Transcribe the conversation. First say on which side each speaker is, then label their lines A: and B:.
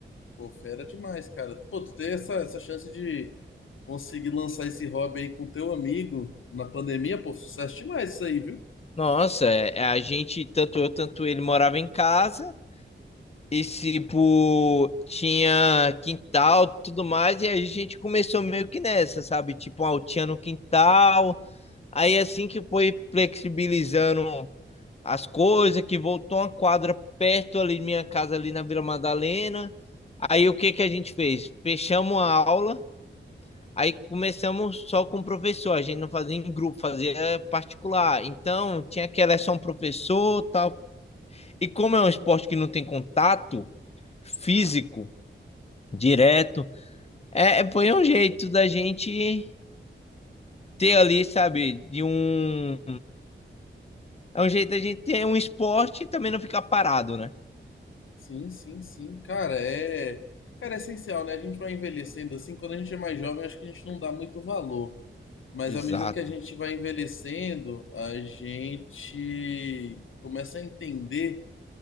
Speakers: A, on the left; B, on the left.
A: pô, fera demais, cara. Pô, tu ter essa, essa chance de conseguir lançar esse hobby aí com teu amigo na pandemia, pô, sucesso demais isso aí, viu?
B: Nossa, é, é, a gente, tanto eu, tanto ele, morava em casa. E, tipo, tinha quintal, tudo mais, e aí a gente começou meio que nessa, sabe? Tipo, uma altinha no quintal, Aí assim que foi flexibilizando as coisas, que voltou uma quadra perto ali de minha casa, ali na Vila Madalena. Aí o que que a gente fez? Fechamos a aula, aí começamos só com o professor. A gente não fazia em grupo, fazia particular. Então tinha que era só um professor, tal. E como é um esporte que não tem contato físico direto, é, foi um jeito da gente ter ali, sabe, de um É um jeito da gente ter um esporte e também não ficar parado, né?
A: Sim, sim, sim. Cara, é. Cara, é essencial, né? A gente vai envelhecendo assim. Quando a gente é mais jovem, acho que a gente não dá muito valor. Mas
B: Exato.
A: à medida que a gente vai envelhecendo, a gente começa a entender